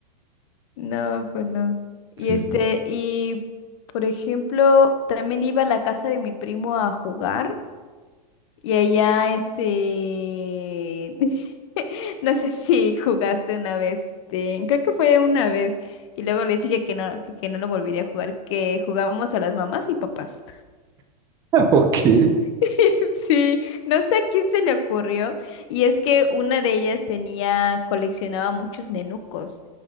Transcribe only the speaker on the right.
Sí,
sí. sí.
<laughs> Ok.